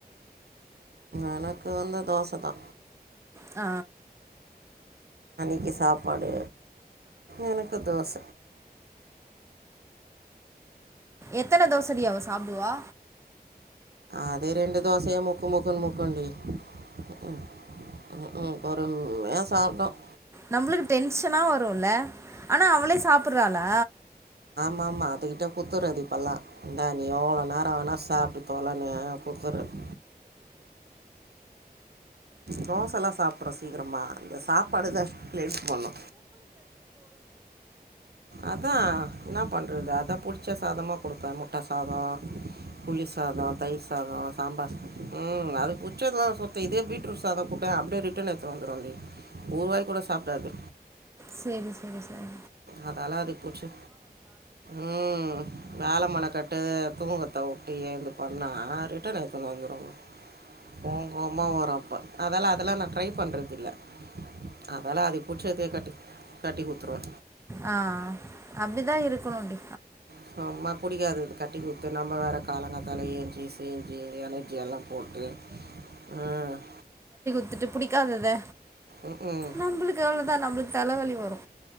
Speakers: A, on the right; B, on the right.
A: எனக்கு வந்து தோச தா
B: ஆ
A: க்கி சாப்பாடு எனக்கு தோச
B: எத்தன தோசடி அவ சாப்புடுவா
A: அது ரெண்டு தோசய முக்கு முக்குன்னு முக்குண்டி ம் ம் ம் ம் பொறுமையா சாப்டும்
B: நம்மளுக்கு டென்ஷனா வருல்ல ஆனா அவளே சாப்புறாளா
A: ஆமா அதுகிட்ட குடுத்துறது இப்பல்லா இந்தா நீ எவ்ளோ நேரோ வேனா சாப்ட்டு தொலனே குடுத்துறது தோசல்லா சாப்டுறு சீக்கரமா இந்த சாப்பாடு தா லேட் பண்ணு அதா என்ன பண்ணறது அதா புடுச்ச சாதமா குடுப்பே முட்ட சாதோ புளி சாதோ தயிர் சாதோ சாம்பார் சாதோ ம் அதுக்கு புட்ச்சதுலா சொத்த இதே பீட்ரூட் சாதோ குடே அப்டியே ரிட்டன் எடுத்துட் வந்துருன்டி ஒரு வாய் கூட சாப்டாது
B: செரி செரி செரி
A: அதாலா அதுக்கு புட்ச்ச ம் வேல மெனக்கட்டு தூங்குறத்த வுட்டு ஏந்து பண்ணா ரிட்டன் எடுத்துட்டு வந்துரு கோவோ கோவமா வரு அப்ப அதலா அதல்லா நா ட்ரை பண்றது இல்ல அதால்லா அது புட்சதே கட்டி கட்டி குடுத்துருவே
B: ஆ அப்டி தா இருக்கணுன்டி
A: சும்மா புடிக்காதத கட்டி குடுத்து நம்ம வேற காலங்காத்தால ஏய்ஞ்சு செஞ்சு எனர்ஜி எல்லா போட்டு அ அ
B: ந்துட்டு புடிக்காதது
A: ம் ம்
B: நம்மளுக்கு எவ்ளோவுதா நம்மளுக்கு தலவலி வரு